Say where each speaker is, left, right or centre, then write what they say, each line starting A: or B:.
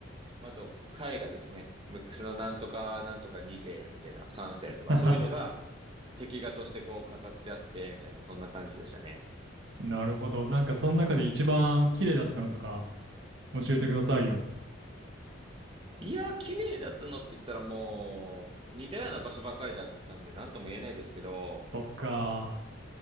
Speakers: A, on the right (about 25°); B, on the right (about 65°).
A: まあと絵画ですね。昔のなんとかなんとか2世みたいな3世とかそういうのが
B: <laughs>
A: 壁画としてこう飾ってあってみたいなそんな感じでしたね。
B: なるほど。なんか、その中で一番綺麗だったのとか、教えてくださいよ。
A: いや、綺麗だったのって言ったらもう、似たような場所ばかりだったんで、なんとも言えないですけど、
B: そっか。